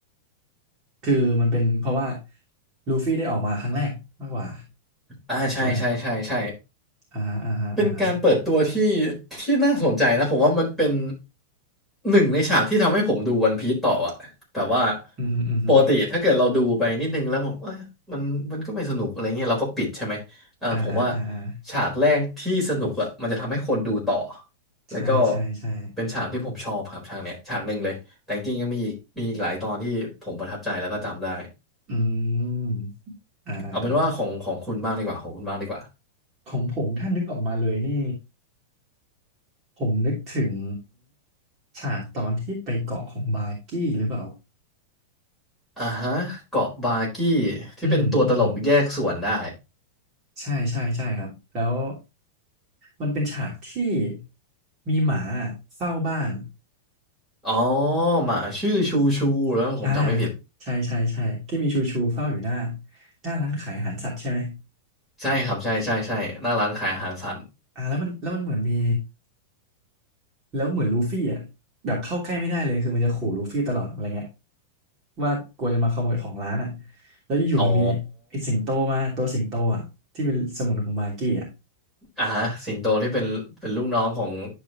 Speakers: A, on the right (about 30°); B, in the centre.
A: คือมันเป็นเพราะว่าลูฟี่ได้ออกมาครั้งแรกมากกว่า
B: อ่าใช่ใช่ใช่ใช่
A: ใช่ไหมอ่าฮะอ่าฮะอ่าฮะ
B: เป็นการเปิดตัวที่ที่น่าสนใจนะผมว่ามันเป็นหนึ่งในฉากที่ทำให้ผมดูวันพีซต่ออะแบบว่า
A: อืมฮึอืมฮึ
B: ปกติถ้าเกิดเราดูไปนิดนึงแล้วแบบเอ้ยมันมันก็ไม่สนุกอะไรเงี้ยเราก็ปิดใช่ไหมเออผมว่า
A: อ่าอ่าอ่าอ่า
B: ฉากแรกที่สนุกอะมันจะทำให้คนดูต่อแล้วก็
A: ใช่ใช่ใช่
B: เป็นฉากที่ผมชอบครับฉากเนี้ยฉากหนึ่งเลยแต่จริงๆยังมีอีกมีอีกหลายตอนที่ผมประทับใจแล้วก็จำได้
A: อืมอ่า
B: เอาเป็นว่าของของคุณบ้างดีกว่าของคุณบ้างดีกว่า
A: ของผมถ้านึกออกมาเลยนี่ ผมนึกถึงฉากตอนที่ไปเกาะของบาร์กี้หรือเปล่า
B: อ่าฮะเกาะบากี้ที่เป็นตัวตลกแยกส่วนได้
A: อืมอืมใช่ใช่ใช่ครับ แล้วมันเป็นฉากที่มีหมาเฝ้าบ้าน
B: อ๋อหมาชื่อชูชูแล้วผมจำไม่ผิด
A: อ่า ใช่ใช่ใช่ที่มีชูชูเฝ้าอยู่หน้าหน้าร้านขายอาหารสัตว์ใช่ไหม
B: ใช่ครับใช่ใช่ใช่หน้าร้านขายอาหารสัตว์
A: อ่า แล้วมันแล้วมันเหมือนมี แล้วเหมือนลูฟี่อ่ะแบบเข้าใกล้ไม่ได้เลยคือมันจะขู่ลูฟี่ตลอดอะไรเงี้ยว่ากลัวจะมาขโมยของร้านอ่ะแล้วอยู่ๆมันมีไอ้สิงโตมาตัวสิงโตอ่ะที่เป็นสมุนของบาร์กี้อ่ะ
B: อ๋ออ่าฮะสิงโตที่เป็นเป็นลูกน้องของ